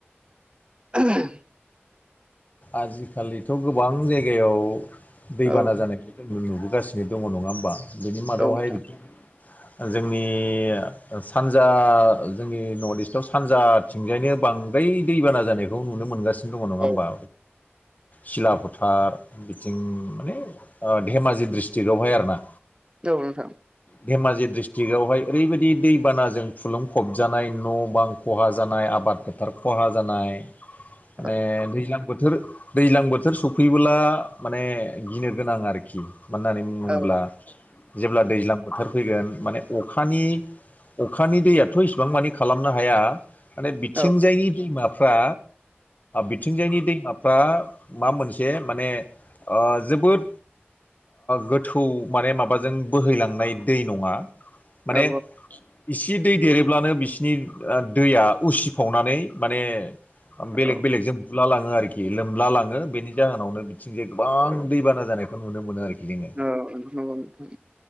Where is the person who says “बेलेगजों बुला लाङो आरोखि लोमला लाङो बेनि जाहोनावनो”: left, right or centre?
Left